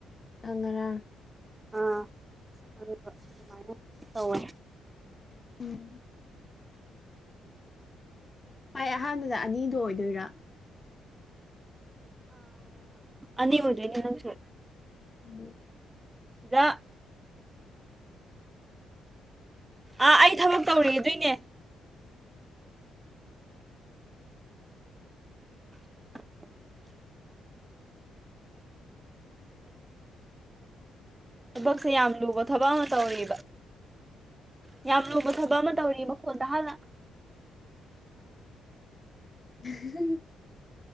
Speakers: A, on the left; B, on the right.
A: ꯑꯉꯔ
B: ꯑꯥ ꯑꯗꯨ ꯑꯗꯨꯃꯥꯏꯅ ꯇꯧꯦ
A: ꯎꯝ ꯈ꯭ꯋꯥꯏ ꯑꯍꯥꯟꯕꯗ ꯑꯅꯤꯗꯣ ꯑꯣꯏꯗꯣꯏꯔꯥ
B: ꯑꯅꯤ ꯎꯗ꯭ꯔꯦꯪꯁꯨ
A: ꯎꯝ
B: <inaudible> ꯑꯥ ꯑꯩ ꯊꯕꯛ ꯇꯧꯔꯦꯗꯣꯏꯅꯦ <inaudible> ꯊꯕꯛꯁꯦ ꯌꯥꯝ ꯂꯨꯕ ꯊꯕꯛ ꯑꯃ ꯇꯧꯔꯤꯕ ꯌꯥꯝ ꯂꯨꯕ ꯊꯕꯛ ꯑꯃ ꯇꯧꯔꯤ ꯃꯈꯣꯟꯗ ꯍꯥꯟꯅ
A: ꯎ